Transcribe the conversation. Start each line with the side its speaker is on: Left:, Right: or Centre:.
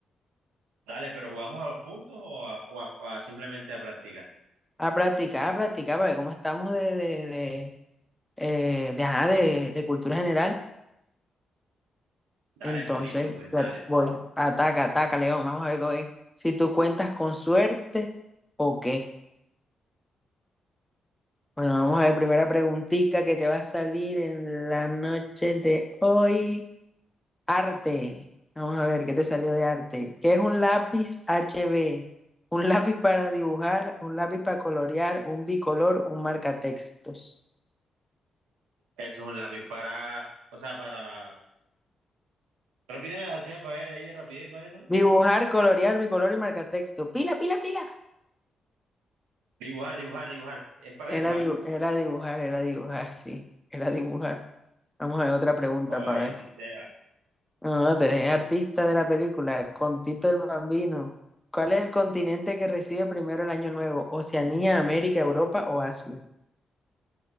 Right: Dale, pero ¿jugamos a los puntos o a, o a- o a simplemente a practicar?
Centre: A practicar, a practicar, para ver cómo estamos de, de, de, eh, de, ajá, de de cultura general.
Right: Dale,
Centre: Entonces,
Right: pues listo, pues
Centre: la-
Right: dale,
Centre: voy,
Right: toma.
Centre: ataca, ataca, León. Vamos a ver cómo es, si tú cuentas con suerte o qué. Bueno, vamos a ver, primera preguntita que te va a salir en la noche de hoy. Arte. Vamos a ver, ¿qué te salió de arte? ¿Qué es un lápiz HB? Un lápiz para dibujar, un lápiz para colorear, un bicolor, un marcatextos.
Right: Eso es un lápiz para, o sea, para... Repíteme las opciones para ver ahí de rapidez, ¿cuáles son?
Centre: Dibujar, colorear, bicolor y marcatexto. Pila, pila, pila.
Right: Dibujar, dibujar, dibujar. Es para
Centre: Era,
Right: dibujar.
Centre: dibu- era dibujar, era dibujar, sí. Era dibujar. Vamos a ver otra pregunta
Right: Oh,
Centre: para
Right: yo
Centre: ver.
Right: sí sé,
Centre: Ah, tenés artista de la película, con Tito el Bambino. ¿Cuál es el continente que recibe primero el Año Nuevo? ¿Oceanía, América, Europa o Asia?